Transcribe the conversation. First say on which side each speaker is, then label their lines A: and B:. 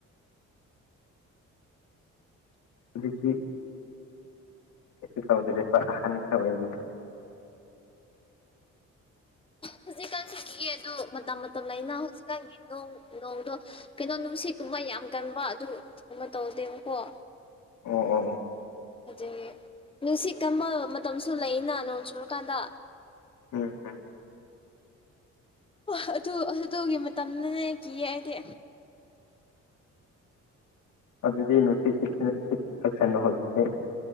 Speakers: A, on the left; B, on the left.
A: ꯍꯧꯖꯤꯛꯇꯤ ꯀꯩꯁꯨ ꯇꯧꯗ꯭ꯔꯦꯕ ꯑꯍꯥꯟꯕ ꯈꯔ ꯑꯣꯏꯔꯤ
B: ꯍꯧꯖꯤꯛ ꯀꯥꯟꯁꯤ ꯀꯤꯌꯦ ꯑꯗꯨ ꯃꯇꯝ ꯃꯇꯝ ꯂꯩꯅ ꯍꯧꯖꯤꯛꯀꯥꯟꯒꯤ ꯅꯣꯡ ꯅꯣꯡꯗꯣ ꯀꯩꯅꯣ ꯅꯨꯡꯁꯤꯠꯀꯨꯝꯕ ꯌꯥꯝ ꯀꯟꯕ ꯑꯗꯨꯒꯨꯝꯕ ꯇꯧꯗꯦꯕꯀꯣ
A: ꯑꯣ ꯑꯣ ꯑꯣ
B: ꯩ ꯅꯨꯡꯁꯤꯠ ꯀꯟꯕ ꯃꯇꯝꯁꯨ ꯂꯩꯌꯦꯅ ꯅꯣꯡ ꯆꯨꯔꯀꯥꯟꯗ
A: ꯎꯝ ꯎꯝ
B: ꯍꯥ ꯑꯗꯨ ꯑꯗꯨꯗꯨꯒꯤ ꯃꯇꯝꯅꯅꯦ ꯀꯤꯌꯦ ꯑꯩꯗꯤ
A: ꯑꯗꯨꯗꯤ ꯅꯨꯡꯁꯤꯠ ꯁꯤꯠ ꯁꯤꯠꯄ <unintelligible> ꯍꯧꯖꯤꯛꯁꯦ